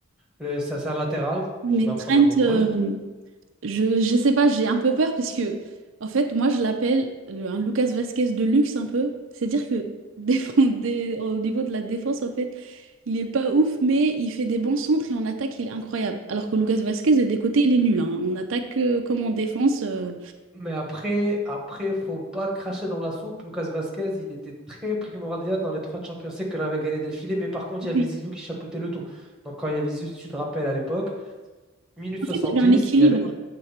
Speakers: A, in the centre; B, on the right.
A: le- c'est un c'est un latéral,
B: Mais
A: qui va
B: Trent,
A: prendre un bon
B: euh,
A: poste.
B: Je, je sais pas, j'ai un peu peur parce que, en fait, moi, je l'appelle le- un Lucas Vasquez de luxe un peu. C'est-à-dire que <laughs> défend- dé- au niveau de la défense, en fait, il est pas ouf, mais il fait des bons centres et en attaque, il est incroyable. Alors que Lucas Vasquez, de des côtés, il est nul. hein. On attaque euh, comme en défense. euh,
A: Mais après, après, faut pas cracher dans la soupe. Lucas Vasquez, il était très primordial dans les trois Champions League qu'on avait gagné d'affilée. Mais par contre,
B: oui.
A: il y avait Zizou qui chapeautait le tout. Donc, quand il y avait Zizou, si tu te rappelles à l'époque, minute
B: En
A: 70,
B: fait, il y avait un équilibre
A: il y avait,